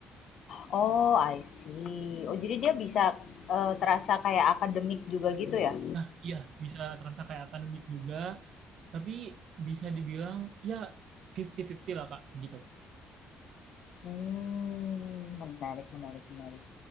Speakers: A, on the left; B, on the right.
A: oh I see. Oh, jadi dia bisa eh, terasa kayak akademik juga gitu ya?
B: Nah, iya bisa terasa kayak akademik juga, tapi bisa dibilang ya 50-50 lah Kak gitu.
A: Hmm menarik menarik menarik.